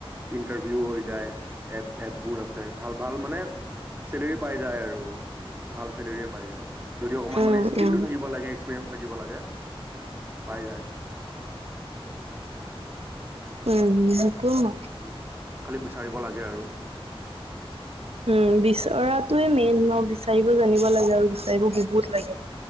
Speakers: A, on the right (about 20°); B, on the right (about 85°).
A: ইন্টাৰভিউ হৈ- যায়। এপ, এপ বোৰ আছে। ভাল, ভাল মানে চেলাৰী পাই- যায় আৰু। ভাল চেলাৰিয়ে পাই যায়। যদি অকণমান
B: উম
A: মানে স্কিলটো
B: উম
A: থাকিব লাগে। এক্সপিৰিয়েঞ্চ থাকিব লাগে। পাই যায়
B: উম। উম।
A: খালি খালি বিচাৰিব লাগে আৰু
B: উম বিচৰাটোৱয়ে মেইন ন বিচাৰিব জানিব লাগে আৰু বিচাৰিব বহুত লাগে